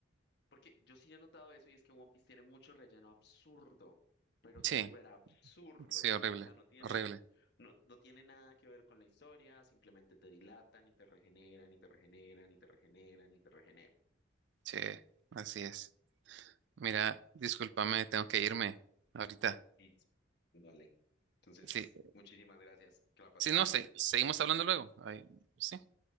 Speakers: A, on the left; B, on the right.
A: Porque yo sí he notado eso y es que One Piece tiene mucho relleno absurdo, pero súper
B: Sí,
A: absurdo.
B: sí,
A: O
B: horrible,
A: sea, no tiene,
B: horrible.
A: no, no tiene nada que ver con la historia, simplemente te dilatan y te regeneran y te regeneran y te regeneran y te regeneran.
B: Sí, así es. Mira, discúlpame, tengo que irme ahorita.
A: Listo. Vale. Entonces,
B: Sí,
A: muchísimas gracias. Que la pases
B: sí, no
A: bien.
B: sé, seguimos hablando luego. Ay, sí,